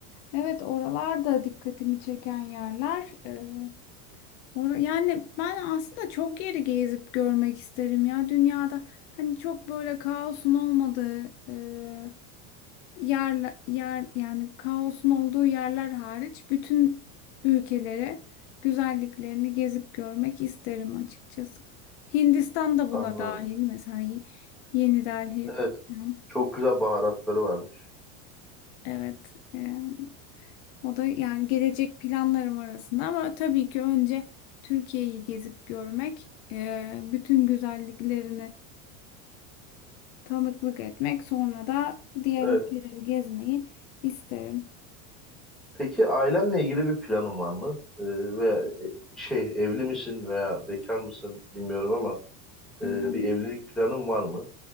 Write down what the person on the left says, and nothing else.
Evet oralar da dikkatimi çeken yerler. Ee, Or- Yani ben aslında çok yeri gezip görmek isterim ya dünyada hani çok böyle kaosun olmadığı e, yerler yer yani kaosun olduğu yerler hariç bütün ülkelere güzelliklerini gezip görmek isterim açıkçası. Hindistan da buna
dahil mesela Ye- Yeni Delhi
falan.
Evet. e, o da yani gelecek planlarım arasında ama tabii ki önce Türkiye'yi gezip görmek, e, bütün güzelliklerini tanıklık etmek, sonra da diğer
ülkeleri gezmeyi isterim.
E,